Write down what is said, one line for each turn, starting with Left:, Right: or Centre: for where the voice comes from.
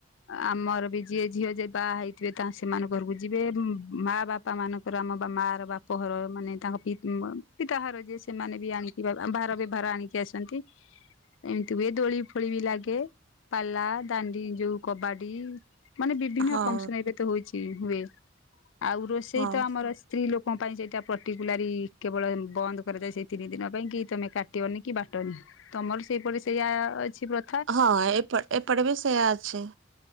Left: ଆ-ଆମର ବି ଯିଏ ଝିଅ ଯେ ବାହା ହେଇଥିବେ ତା ସେମାନ ଘରକୁ ଯିବେ ଭୁଁ ମା ବା ପା ମାନଙ୍କର ଆମ ବା ମାଆର ବାପଘର ମାନେ ତାଙ୍କ ପି ଅଁ ପିତାଘର ଯେ ସେମାନେ ବି ଆଣିଥିବା ଆ ଭାର ବେ ଭାର ଆଣିକି ଆସନ୍ତି। ଏମିତି ହୁଏ ଦୋଳିଫୋଳି ବି ଲାଗେ ପାଲା ଦାଣ୍ଡି ଯୋଉ କବାଡି। ମାନେ ବିଭିନ୍ନ
Right: ହଉ
Left: ଫଙ୍କସନ ଏବେ ତ ହୋଉଛି ହୁଏ ଆଉ ରୋଷେଇ
Right: ହଉ
Left: ତ ଆମର ସେ ସ୍ତ୍ରୀ ଲୋକଙ୍କ ପାଇଁ ସେଇଟା ପର୍ଟିକୁଲାରି କେବଳ ବନ୍ଦ କରାଯାଏ ସେଇ ତିନି ଦିନ ପାଇଁ କି ତମେ କା ଟିବନି କି ବାଟନି ତମର ସେଇପଟେ ସେଇଆ ଅଛି ପ୍ର
Right: ହଁ ଏପ ଏପଟେ ବି ସେୟା ଅଛି।